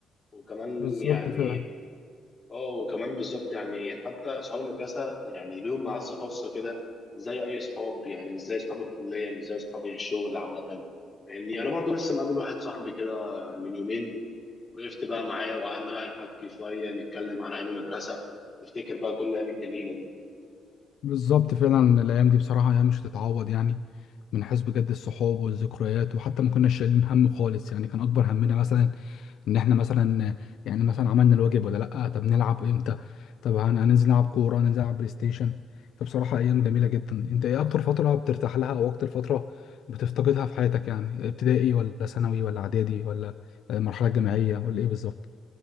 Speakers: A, on the left; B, on the left.
A: وكمان
B: بالظبط
A: يعني
B: فعلا
A: اه وكمان بالظبط يعني حتى اصحاب المدرسه يعني ليهم معزه خاصه كده مش زي اي اصحاب يعني مش زي اصحاب الكليه مش زي اصحاب الشغل عامه يعني انا برضو لسه مقابل واحد صاحبي كده من يومين وقفت بقى معاه وقعدنا بقى نحكي شويه نتكلم عن ايام المدرسه نفتكر بقى كل الايام الجميله دي
B: بالظبط فعلا الايام دي بصراحه ايام مش هتتعوض يعني من حيث بجد الصحاب والذكريات وحتى ما كنا شايلين هم خالص يعني كان اكبر همنا مثلا ان احنا مثلا يعني مثلا عملنا الواجب ولا لا طب نلعب امتى طب هن- هننزل نلعب كوره هننزل نلعب بلاي ستيشن فبصراحه ايام جميله جدا انت ايه اكتر فتره بترتاح لها او اكتر فتره بتفتقدها في حياتك يعني ابتدائي ولا ثانوي ولا اعدادي ولا آه، مرحله جامعيه ولا ايه بالظبط